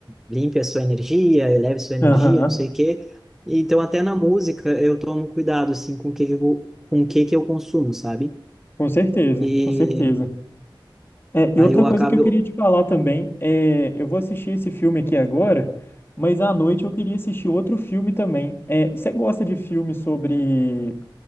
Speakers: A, in the centre; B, on the left.
A: limpe a sua energia, eleve sua energia,
B: aham.
A: não sei o quê. Então, até na música, eu tomo cuidado, assim, com o que que eu, com o que que eu consumo, sabe?
B: Com certeza,
A: E
B: com certeza. É, e
A: aí
B: outra
A: eu
B: coisa
A: acabo.
B: que eu queria te falar também é, eu vou assistir esse filme aqui agora, mas à noite eu queria assistir outro filme também. É, você gosta de filme sobre